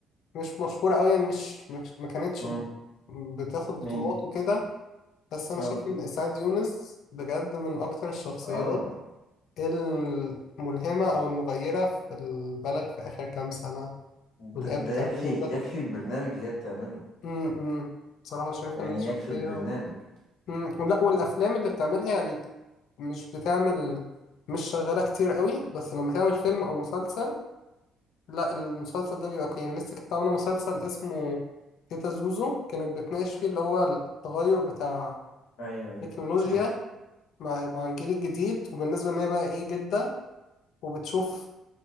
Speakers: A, on the left; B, on the left.
A: مش مشهورة أوي يعني مش مش- ما كانتش
B: امم
A: بتاخد بطولات
B: مين دي
A: وكده بس أنا
B: اه
A: شايف إن إسعاد يونس بجد من أكتر الشخصيات
B: اه
A: إيه الملهمة أو المغيرة في البلد في آخر كام سنة
B: ده
A: واللي
B: ده
A: هي بتعمله
B: يكفي يكفي
A: ده
B: البرنامج اللي هي بتعمله
A: امم بصراحة شايفة
B: يعني
A: إن هي شخصية
B: يكفي البرنامج
A: امم لا والأفلام اللي بتعملها يعني مش بتعمل مش شغالة كتير قوي بس لما تعمل فيلم أو مسلسل لا المسلسل ده بيبقى قيم لسه كانت عاملة مسلسل اسمه تيتا زوزو كانت بتناقش فيه اللي هو التغير بتاع
B: ايوه ايوه
A: التكنولوجيا
B: عارف
A: مع مع الجيل الجديد وبالنسبة إن هي بقى إيه جدة وبتشوف